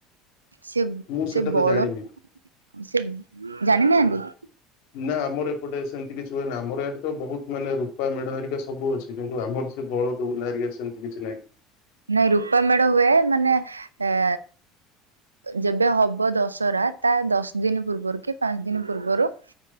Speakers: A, on the right; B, on the left.
A: ସେ
B: ମୁଁ ସେଟା
A: ସେ ବଳ
B: ତ ଜାଣିନି
A: ସେ ଜାଣିନାହାନ୍ତି?
B: ନା ଆମର ଏପଟେ ସେମିତି କିଛି ହୁଏନା ଆମର ଇଆଡ଼େ ତ ବହୁତ୍ ମାନେ ରୂପା ମେଢ଼ ହେରିକା ସବ ସବୁ ଅଛି କିନ୍ତୁ ଆମର ସେ ବଳଦ ବୁଲା ହେରିକା ସେମିତି କିଛି ନାହିଁ।
A: ନାଇଁ ରୂପା ମେଢ଼ ହୁଏ ମାନେ ଏ ଯେବେ ହବ ଦଶରା ତା ଦଶ୍ ଦିନି ପୂର୍ବରୁ କି ପାଞ୍ଚ ଦିନି ପୂର୍ବରୁ